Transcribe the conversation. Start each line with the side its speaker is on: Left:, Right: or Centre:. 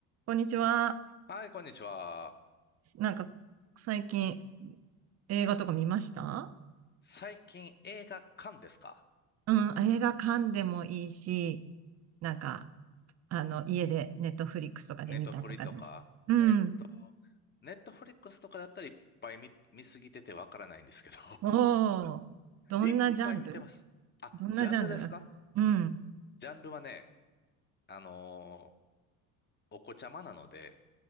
Right: こんにちは。
Left: はい、こんにちは。
Right: なんか、最近映画とか見ました
Left: 最近映画館ですか
Right: うん、映画館でもいいし、なんか、あの、家でネットフリックスとかで見たとかでも。
Left: ネットフリとか。
Right: うん。
Left: えっと、ネットフリックスとかだったらいっぱい見、見すぎててわからないんですけど。
Right: おー、
Left: <laughs>
Right: どんなジャンル
Left: いっぱい見てます。あ、
Right: どんなジャンルがうん。
Left: ジャンルですかジャンルはね、あのーお子ちゃまなので、